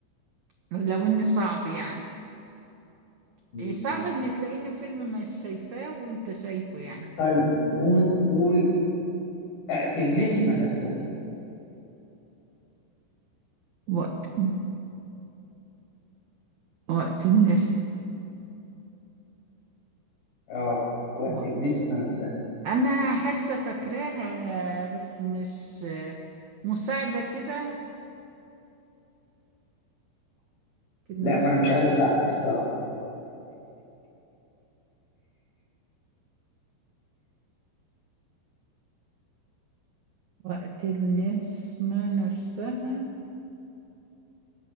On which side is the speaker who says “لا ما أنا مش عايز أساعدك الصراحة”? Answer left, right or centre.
Left